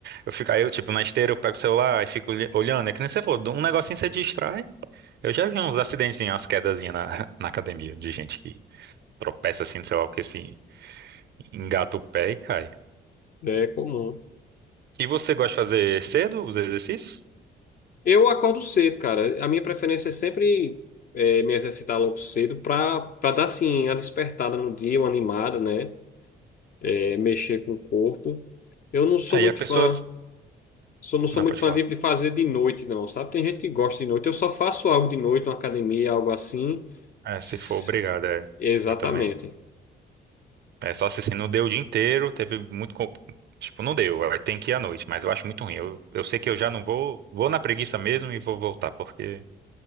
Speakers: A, on the right; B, on the left.
A: Eu fico, aí eu, tipo, na esteira eu pego o celular e fico olhe- olhando. É que nem você falou, um negocinho você distrai. Eu já vi uns acidentezinhos, umas quedazinhas na, <laughs> na academia de gente que tropeça assim, sei lá o que, se engata o pé e cai.
B: É comum.
A: E você gosta de fazer cedo os exercícios?
B: Eu acordo cedo, cara. A minha preferência é sempre é, me exercitar logo cedo para para dar assim a despertada no dia, uma animada, né? é, mexer com o corpo. Eu não sou
A: Aí
B: muito
A: a pessoa.
B: fã. Sou, não sou
A: Não,
B: muito
A: pode
B: fã
A: falar.
B: de, de fazer de noite, não, sabe? Tem gente que gosta de noite. Eu só faço algo de noite, uma academia, algo assim.
A: É,
B: S-
A: se for obrigada, é.
B: Exatamente.
A: Eu também. É só se assim, não deu o dia inteiro, teve muito. co- Tipo, não deu, aí tem que ir à noite, mas eu acho muito ruim. Eu, eu sei que eu já não vou, vou na preguiça mesmo e vou voltar, porque